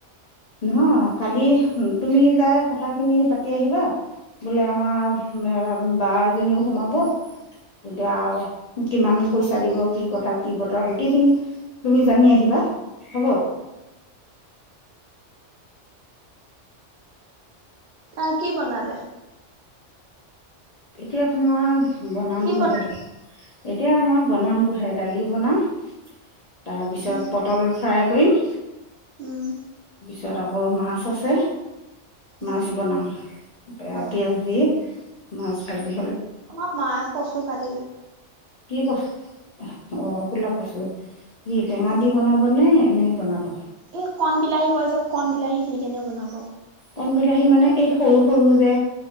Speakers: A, on the left; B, on the right.
A: নহয় কালি তুমি যাই কথাখিনি পাতি আহিবা। বোলে আমাৰ বা এজনীও সোমাব, তেতিয়া কিমান পইচা দিব কি কথা কি বতৰা গোটেইখিনি তুমি জানি আহিবা। হ'ব
B: অহ কি বনালে?
A: এতিয়া মই বনামগৈ
B: কি বনালে
A: হে এতিয়া মই বনামগৈ হে। দালি বনাম তাৰপিছত
B: উম
A: পটল ফ্ৰাই কৰিম
B: উম।
A: তাৰপিছত আকৌ মাছ আছে।
B: উম
A: মাছ বনাম এ
B: অ
A: পিয়াজ দি। মাছ ভাজি
B: আমাৰ মায়ে কচু কাটিলে
A: কি কচু? অ' ক'লা কচু। কি টেঙা
B: অ
A: দি বনাবনে? এনেই বনাব।
B: এই কণ বিলাহী কয় যে কণ বিলাহী দি কেনে বনাব।
A: কণ বিলাহী মানে এই সৰু সৰু যে